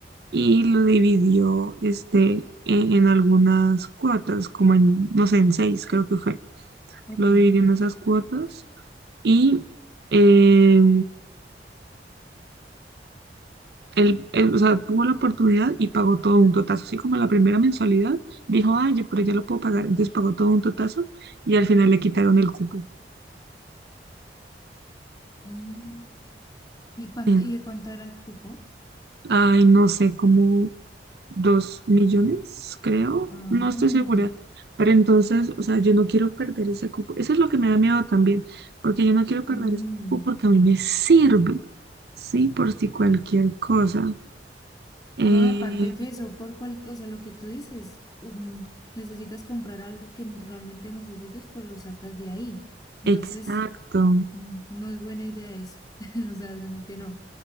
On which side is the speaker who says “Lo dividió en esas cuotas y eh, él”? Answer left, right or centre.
Right